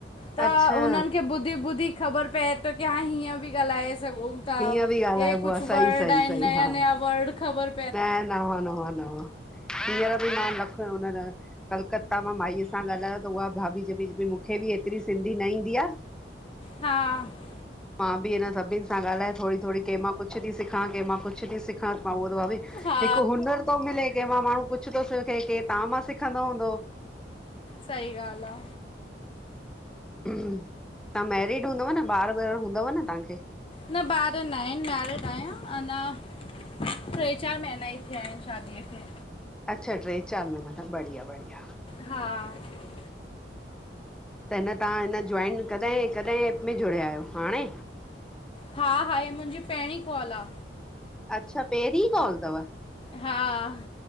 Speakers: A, on the left; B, in the centre.
A: त
B: अच्छा
A: हुनन खे ॿुधी ॿुधी ख़बर पए तो की हाण हीअं बि ॻाल्हाए सघूं
B: हीअं बि ॻाल्हाइबो
A: हे कुझ
B: आहे
A: वर्ड
B: सही सही
A: आहिन
B: सही
A: नया
B: हा
A: नया वर्ड ख़ब --
B: न न व न व न हींअर बि मांख हुन -- कलकत्ता मां माईअ सां ॻाल्हायो त उहा भाभी चवे मूंखे बि एतिरी सिंधी न ईंदी आ।
A: हा --
B: मां बि हिन सभिन सां ॻाल्हाए थोरी थोरी कंहिमां कुछ थी सिखां कंहिमां कुछ थी सिखां। हिकु
A: हा
B: हुनर थो मिले के मां माणहू कुछ थो सिखे के तव्हां मां सिखंदो हूंदो।
A: सही ॻाल आ।
B: तव्हां मैरिड हूंदव न ॿार व हूंदव न तव्हांखे।
A: न ॿार न आहिन मैरिड आहिया अञा -- ट्रे चार महीना ई थिया आहिन शादीअ खे।
B: अच्छा ट्रे चार महिना मथ बढ़िया- बढ़िया।
A: हा --
B: त हिन तव्हां हिन जइन कॾहिं- कॾहिं एप में जुड़िया आहियो हाणे।
A: हा -हा हे मुंहिंजी पहिरीं कॉल आ।
B: अच्छा पहिरीं कॉल अथव।
A: हा --